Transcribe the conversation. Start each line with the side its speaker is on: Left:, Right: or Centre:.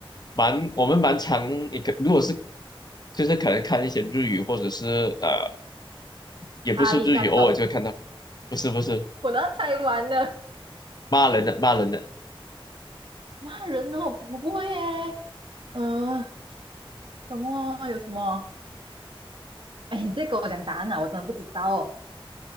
Left: 蛮我们蛮常一个，如果是就是可能看一些日语，或者是呃，也不是日语，
Right: 阿里嘎多，
Left: 偶尔就看到，不是不是
Right: 我都猜完了。
Left: 骂人的骂人的，
Right: 骂人哦，我不会耶。呃，什么啊？有什么？哎，你再给我讲答案啊，我真的不知道哦。